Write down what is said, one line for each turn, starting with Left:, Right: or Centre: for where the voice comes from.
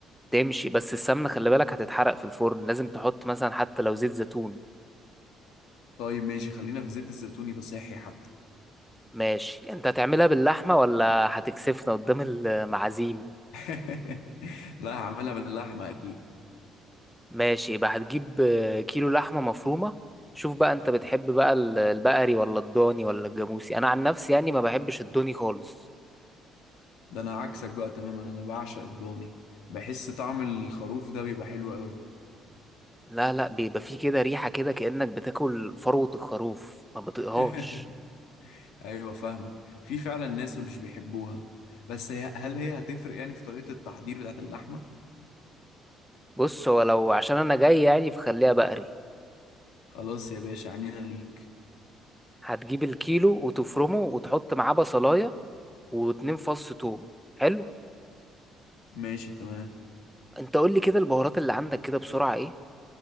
Centre: تمشي بس السمنة خلي بالك هتتحرق في الفرن لازم تحط مثلا حتى لو زيت زيتون
Left: طيب ماشي خلينا في زيت الزيتون يبقى صحي حتى
Centre: ماشي انت هتعملها باللحمة ولا هتكسفنا قدام المعازيم
Left: <laughs> لا هعملها باللحمة اكيد
Centre: ماشي يبقى هتجيب آه، كيلو لحمة مفرومة شوف بقى انت بتحب بقى ال- البقري ولا الضاني ولا الجاموسي انا عن نفسي يعني ما بحبش الضاني خالص
Left: ده انا عكسك بقى تماما انا بعشق الضاني بحس طعم الخروف ده بيبقى حلو قوي
Centre: لا لا بيبقى فيه كده ريحة كده كأنك بتاكل فروة الخروف ما بطيقهاش
Left: <laughs> ايوه فاهمك في فعلا ناس مش بيحبوها بس هي هل هي هتفرق يعني في طريقة التحضير بتاعت اللحمة
Centre: بص هو لو عشان انا جاي يعني فخليها بقري
Left: خلاص يا باشا عنينا ليك
Centre: هتجيب الكيلو وتفرمه وتحط معاه بصلاية واتنين فص توم حلو
Left: ماشي تمام
Centre: انت قول لي كده البهارات اللي عندك كده بسرعة ايه